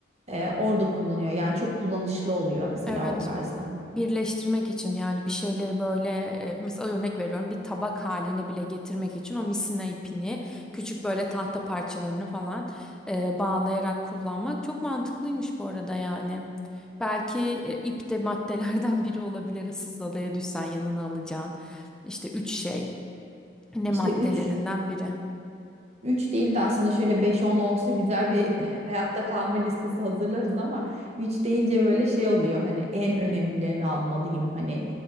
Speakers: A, on the right (about 35°); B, in the centre.
A: e, orada kullanıyor. Yani çok kullanışlı oluyor mesela
B: Evet.
A: o tarzda.
B: birleştirmek için yani bir şeyleri böyle e, mesela örnek veriyorum bir tabak haline bile getirmek için o misina ipini küçük böyle tahta parçalarını falan e, bağlayarak kullanmak çok mantıklıymış bu arada yani. Belki e, ip de maddelerden <laughs> biri olabilir ıssız adaya düşsen yanına alacağın işte üç şey ne
A: İşte
B: maddelerinden
A: üç.
B: biri.
A: 3 değil de aslında şöyle beş on olsa güzel bir <laughs> hayatta kalma listesi hazırlarız ama 3 deyince böyle şey oluyor hani en önemlilerini almalıyım hani